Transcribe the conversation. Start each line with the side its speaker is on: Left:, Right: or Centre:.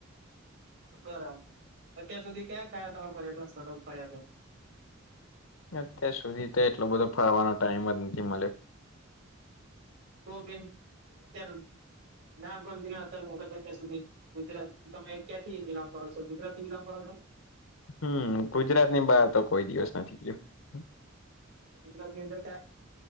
Right: બરાબર અત્યાર સુધી ક્યાં ક્યા તમે <unintelligible> ટ્રાન્સપોર્ટર કર્યા તા.
Left: અત્યાર સુધી તો એટલો બધો ફારવાનો ટાઈમ જ નથી મલે
Right: કો પેન અત્યારે નાં પણ અત્યારે મોબાઈલ <unintelligible> સુધી ગુજરાત તમે ક્યાંથી બિલોંગ કરો છો ગુજરાત થી બિલોંગ કરો છો.
Left: હમ ગુજરાત ની બહાર તો કોઈ દિવસ નથી ગયો. <inaudible>
Right: ગુજરાત ની અંદર તા